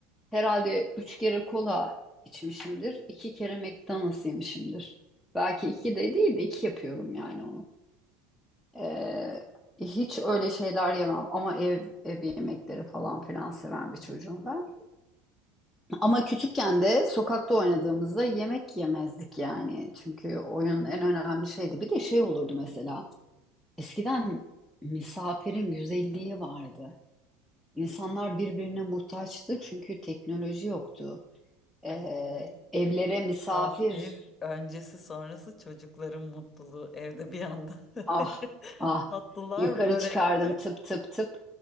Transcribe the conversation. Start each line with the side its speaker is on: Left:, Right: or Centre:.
Centre: Herhalde üç kere kola içmişimdir. iki kere McDonald's yemişimdir. Belki iki de değil de iki yapıyorum yani onu. Ee, hiç öyle şeyler yemem ama ev, ev yemekleri falan filan seven bir çocuğum ben. Ama küçükken de sokakta oynadığımızda yemek yemezdik yani. Çünkü oyun en önemli şeydi. Bir de şey olurdu mesela. Eskiden misafirin güzelliği vardı. İnsanlar birbirine muhtaçtı çünkü teknoloji yoktu.
Left: Ay.
Centre: Ee,
Left: şey.
Centre: evlere misafir
Left: Misafir öncesi sonrası çocukların mutluluğu evde bir anda. <laughs>
Centre: ah ah
Left: Tatlılar,
Centre: yukarı
Left: börekler.
Centre: çıkardım tıp tıp tıp.